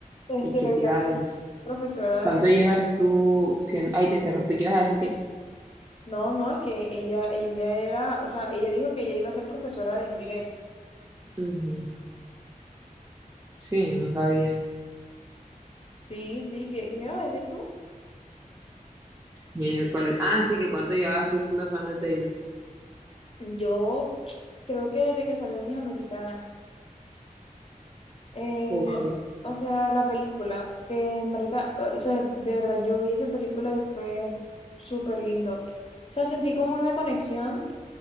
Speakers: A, on the left; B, on the right.
A: Este,
B: Y que
A: la
B: te iba a decir,
A: profesora
B: ¿cuánto llevas tú siendo? Ay, te interrumpí, ¿qué ibas a decir que
A: No, no, es que ella, ella era, o sea, ella dijo que ella iba a ser profesora de inglés.
B: Ujú. Sí, no sabía.
A: Sí, sí, ¿qué, qué me ibas a decir tú?
B: Miércoles. Ah, sí, que cuánto llevabas tú siendo fan de Taylor.
A: Yo creo que desde que salió mis Hija Americana, eh,
B: Ok.
A: o sea, la película, que marica, o sea, de verdad, yo vi esa película y fue súper lindo. O sea, sentí como una conexión